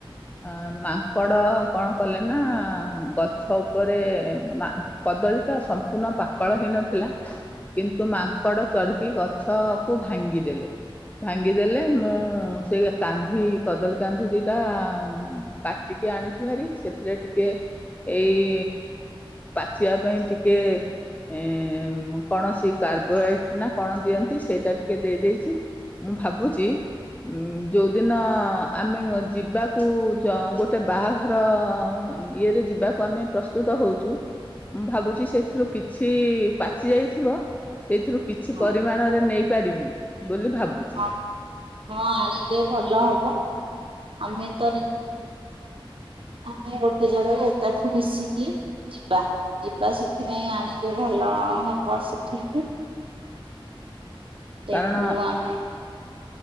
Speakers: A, on the left; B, on the right.
A: ଅ ମାଙ୍କଡ କଣ କଲେ ନା ଗଛ ଉପରେ ଏ ମା କଦଳୀ ଟା ସମ୍ପୂର୍ଣ୍ଣ ପାକଳ ହେଇନଥିଲା କିନ୍ତୁ ମାଙ୍କଡ଼ ଚଢ଼ିକି ଗଛ ତ କୁ ଭାଙ୍ଗିଦେଲେ। ଭାଙ୍ଗିଦେଲେ ମୁଁ ସେଇ କାନ୍ଧି କଦଳୀ କାନ୍ଧି ଦିଟା କାଟିି କି ଆଣିଛୁ ଭାରି ସେଥିରେ ଟିକେ ଏଇ ପାଚିବା ପାଇଁ ଟିକେ ଏ କୌଣସି କାର୍ବୋହାଇଟ ନା କଣ ଦିଅନ୍ତି। ସେଇଟା ଟିକେ ଦେଇ ଦେଇଚି ମୁଁ ଭାବୁଚି ଉ ଯୋଉଦିନ ଆମେ ଯିବାକୁ ଜ ଗୋଟେ ବାଆଘର ଇଏରେ ଯିବାକୁ ଆମେ ପ୍ରସ୍ତୁତ ହଉଚୁ। ମୁଁ ଭାବୁଚି ସେଥିରୁ କିଛି ପାଚି ଯାଇଥିବ। ସେଇଥିରୁ କିଛି
B: ହଁ
A: ପରିମାଣରେ ନେଇପାରିବି। ବୋଲି ଭାବୁଛି
B: ହଁ ହଁ ଆଣିଲେ ଭଲ ହବ ଆମେ ତ ଆମେ ଗୋଟେ ଜାଗାରୁ ଏକାଠି ମିଶିକି ଯିବା ଯିବା ସେଥିପାଇଁ ଆ ଣିଲେ ଭଲ ହବ ସେଠିକି। ସେଠୁ
A: କାରଣ
B: ଆମେ